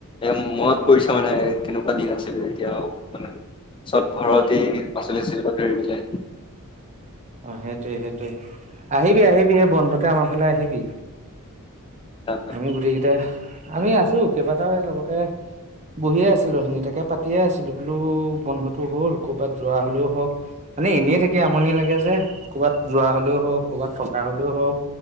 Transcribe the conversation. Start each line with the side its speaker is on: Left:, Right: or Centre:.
Left: এ মনত
Right: অ
Left: পৰিছে মানে কেনে কুৱা দিন আছিলে এতিয়া আও মানে চব ঘৰতে
Right: অ
Left: পাচলি আছিল বুটলিবলে।
Right: অ সেইটোৱে সেইটোৱে, আহিবি আহিবি এই বন্ধতে আমাৰ ফালে আহিবি।
Left: উম উম উম
Right: আমি গোটেই কেইটাই আমি আছো কেইবাটাও এই লগতে - বহিয়ে আছিলো অথনি তাকে পাতিয়ে আছিলো বোলো বন্ধটো হ'ল ক'ৰবাত যোৱা হলেও হওক। মানে এনেই থাকি আমনি লাগে যে ক'ৰবাত যোৱা হলেও হওক ক'ৰবাত থকা হলেও হওক।